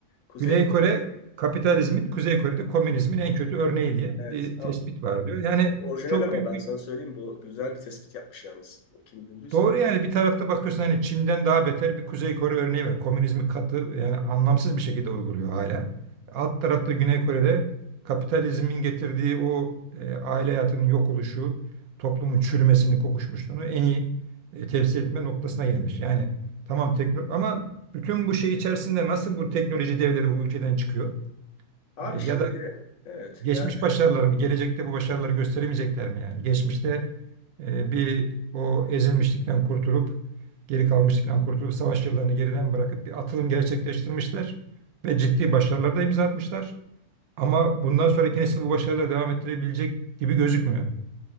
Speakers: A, on the left; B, on the right.
A: Kuzey
B: Güney Kore kapitalizmin, Kuzey Kore'de komünizmin en kötü örneği diye
A: evet.
B: bir
A: Ha,
B: tespit var diyor. Yani
A: Orijinal
B: çok
A: ama
B: büyük
A: ben
B: bir
A: sana söyleyeyim bu güzel bir tespit yapmış yalnız. Kim bulduysa.
B: Doğru yani bir tarafta bakıyorsun hani Çin'den daha beter bir Kuzey Kore örneği var. Komünizmi katı yani anlamsız bir şekilde uyguluyor hala. Alt tarafta Güney Kore'de kapitalizmin getirdiği o e, aile hayatının yok oluşu, toplumun çürümesini, kokuşmuşluğunu en iyi e, temsil etme noktasına gelmiş. Yani tamam tekno ama bütün bu şey içerisinde nasıl bu teknoloji devleri bu ülkeden çıkıyor?
A: Abi
B: E,
A: şimdi
B: ya da
A: evet
B: Geçmiş
A: ya,
B: başarıları mı? Gelecekte bu başarıları gösteremeyecekler mi yani? Geçmişte e, bir o ezilmişlikten kurtulup, geri kalmışlıktan kurtulup, savaş yıllarını geriden bırakıp bir atılım gerçekleştirmişler ve ciddi başarılar da imza atmışlar. Ama bundan sonraki nesil bu başarıları devam ettirebilecek gibi gözükmüyor.